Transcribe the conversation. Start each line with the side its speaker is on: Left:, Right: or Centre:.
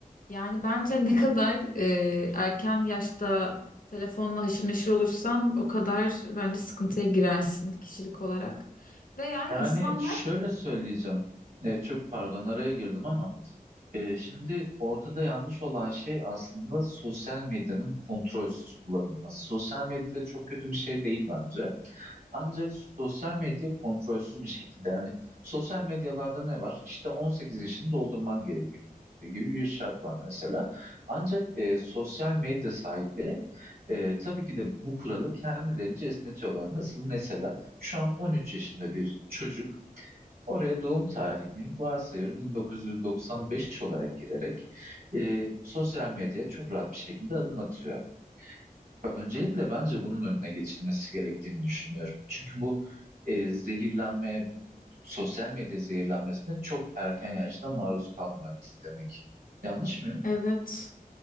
Left: Yani bence ne kadar e, erken yaşta telefonla haşır neşir olursan o kadar bence sıkıntıya girersin kişilik olarak. Ve yani
Right: Yani
Left: insanlar
Right: şöyle söyleyeceğim. E, çok pardon araya girdim ama e, şimdi ortada yanlış olan şey aslında sosyal medyanın kontrolsüz kullanılması. Sosyal medya çok kötü bir şey değil bence. Ancak sosyal medya kontrolsüz bir şekilde yani sosyal medyalarda ne var? İşte 18 yaşını doldurman gerekiyor gibi bir şart var mesela. Ancak e, sosyal medya sahipleri Ee, tabii ki de bu kuralı kendilerince esnetiyorlar. Nasıl? Mesela şu an 13 yaşında bir çocuk oraya doğum tarihini varsayıyorum 1995 olarak girerek e, sosyal medyaya çok rahat bir şekilde adım atıyor. Öncelikle bence bunun önüne geçilmesi gerektiğini düşünüyorum. Çünkü bu e, zehirlenmeye, bu sosyal medya zehirlenmesine çok erken yaşta maruz kalmak demek. Yanlış mıyım?
Left: evet